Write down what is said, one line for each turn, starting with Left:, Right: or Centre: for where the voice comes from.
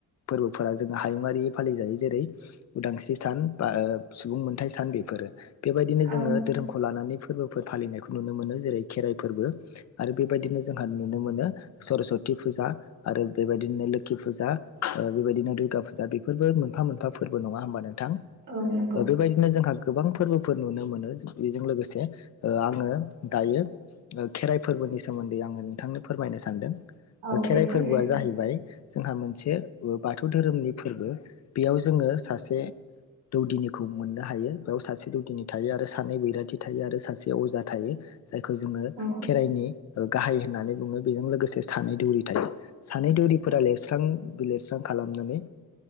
Left: फोरबोफोरा जोङो हायुङारि फालिजायो जेरै उदांस्रि सान बा सुबुं मोनथाय सान बेफोरो बेबायदिनो
Right: औ
Left: जोङो धोरोमखौ लानानै फोरबोफोर फालिनायखौ नुनो मोनो जेरै खेराइ फोरबो आरो बेबायदिनो जोंहा नुनो मोनो सरसति फुजा आरो बेबायदिनो लोखि फुजा ओ बेबायदिनो दुर्गा फुजा बेफोरबो मोनफा मोनफा फोरबो नङा होमबा नोंथां ओ
Right: औ नंगौ
Left: बेबायदिनो जोंहा गोबां फोरबोफोर नुनो मोनो बेजों लोगोसे ओ आंङो दायो खेराइ फोरबोनि सोमोन्दै आंङो नोंथांनो फोरमायनो सानदों
Right: औ
Left: खेराइ
Right: दे फोरमाय
Left: फोरबोआ जाहैबाय जोंहा मोनसे बाथौ धोरोमनि फोरबो बेयाव जोंङो सासे दौदिनिखौ मोननो हायो। बेयाव सासे दौदिनि थायो आरो सानै बैराथि थायो आरो सासे अजा थायो जायखौ जोंङो
Right: नोंथां
Left: खेराइनि गाहाय होननानै बुङो बेजों लोगोसे सानै दौरि थायो सानै दौरिफोरा लिरस्रां बिलिरस्रां खालामनानै